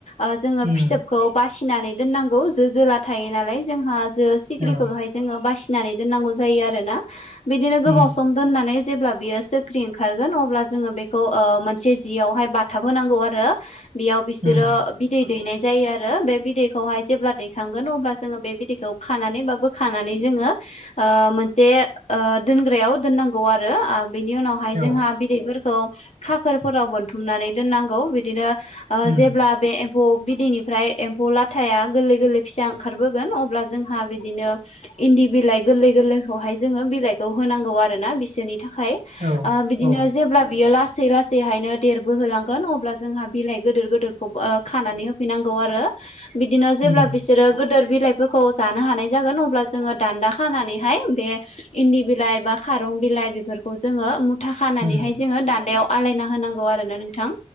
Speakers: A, on the left; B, on the right.
A: ओ जोङो
B: उम
A: फिथोब खौ बासिनानै दोननांगौ जो जोला थायो नालाय जोंहा जो सिख्रिखौ
B: औ
A: जोङो बासिनानै दोननांगौ जायो आरोना बिदिनो गोबाव
B: उम
A: सम दोननानै जेब्ला बियो सिख्रि ओंखारगोन अब्ला जोङो बेखौ मोनसे जियावहाय बाथाब होनांगौ आरो बेयाव बिसोरो
B: उम
A: बिदै दैनाय जायो आरो बे बिदैखौहाय जेब्ला दैखांगोन अब्ला जोङो बे बिदैखौ खानानैबो खानानै जोङो ओ मोनसे ओ दोनग्रायाव दोननांगौ आरो बिनि उनाव बेहाय जोंहा
B: औ
A: बिदैफोरखौ खाखोरफोराव बोनथुमनानै दोननांगौ बिदिनो ओ
B: उम
A: जेब्ला बे एम्फौ बिदैनिफ्राय एम्फौ लाथाया गोरलै गोरलै फिसा ओंखारबोगोन अब्ला जोंहा बिदिनो इन्दि बिलाइ गोरलै गोरलैखौहाय जोङो बिलाइखौ होनांगौ आरो ना बिसोरनि थाखाय
B: औ
A: ओ बिदिनो
B: औ
A: जेब्ला बियो लासै लासै बेहायनो देरबोहोलांगोन अब्ला जोंहा बिलाइ गोदोर गोदोर खौ खानानै होफैनांगौ आरो। बिदिनो जेब्ला
B: उम
A: बिसोरो गोदोर बिलाइ फोरखौ जानो हानाय जागोन अब्ला जोङो दान्दा खानानैहाय बे इन्दि बिलाइ बा खारं बिलाइ बेफोरखौ जोङो मुथा खानानैहाय
B: उम
A: जोङो दान्दायाव आलायना होनांगौ आरोना नोंथां